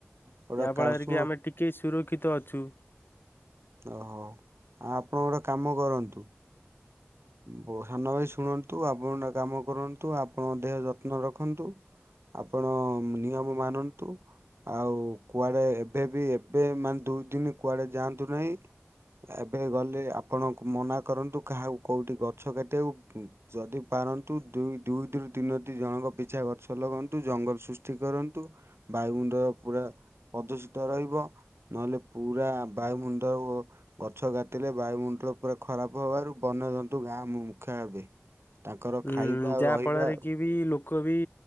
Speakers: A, on the right (about 80°); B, on the left (about 55°).
A: ଗୋଟେ
B: ଯାହା ଫଳରେ
A: ଶୁଣ
B: କି ଆମେ ଟିକେ ସୁରକ୍ଷିତ ଅଛୁ।
A: ଓହୋ ଆଉ ଆପଣ ଗୋଟେ କାମ କରନ୍ତୁ। ବ ସାନ ଭାଇ ଶୁଅନ୍ତୁ ଆପଣ ନା କାମ କରନ୍ତୁ ଆପଣଙ୍କ ଦେହ ଯତ୍ନ ରଖନ୍ତୁ। ଆପଣ ନିୟମ ମାରନ୍ତୁ। ଆଉ କୁଆଡ଼େ ଏବେ ବି ଏବେ ମାନେ ଦୁଇ ଦିନ କୁଆଡ଼େ ଯାଆନ୍ତୁ ନାହିଁ। ଏବେ ଗଲେ ଆପଣ ମନା କରନ୍ତୁ କାହାକୁ କୋଉଠି ଗଛ କାଟିବାକୁ କି ଯଦି ପାରନ୍ତୁ ଦୁଇ ଦୁଇରୁ ତିନୋଟି ଜଣଙ୍କ ପିଛା ଗଛ ଲଗାନ୍ତୁ ଜଙ୍ଗଲ ସୃଷ ଟି କରନ୍ତୁ ବାୟୁମଣ୍ଡଳ ପୁରା ପ୍ରଦୂଷିତ ରହିବ। ନହେଲେ ପୁରା ବାୟୁମଣ୍ଡଳ ଗଛ କାଟିଲେ ବାୟୁମଣ୍ଡଳ ପୁରା ଖରାପ ହେବାରୁ ବନ୍ୟା ଜନ୍ତୁ ଗାଁ ମୁ ମୁଖା ହେବେ। ତାଙ୍କର ଖାଇବା
B: ହୁଁ
A: ଆଉ
B: ଯାହା
A: ରହିବା
B: ଫଳରେ କି ବି ଲୋକ ବି